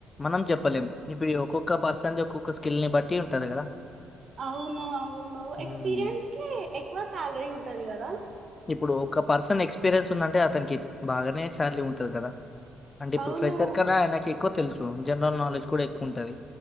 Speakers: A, on the left (about 25°); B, on the right (about 45°).
A: మనం చెప్పలేం ఇప్పుడు ఈ ఒక్కొక్క పర్సన్ ఒక్కొక్క స్కిల్ ని బట్టి ఉంటది కదా
B: అవును అవును
A: మ్మ్
B: ఎక్స్పీరియన్స్ కి ఎక్కువ శాలరీ ఉంటది కదా
A: ఇప్పుడు ఒక పర్సన్ ఎక్స్పీరియన్స్ ఉందంటే అతనికి బాగానే శాలరీ ఉంటది కదా అంటే ఇప్పుడు
B: అవును
A: ఫ్రెసర్ కన్నా ఆయనక ఎక్కువ తెలుసు జనరల్ నాలెడ్జ్ కూడా ఎక్కువ ఉంటది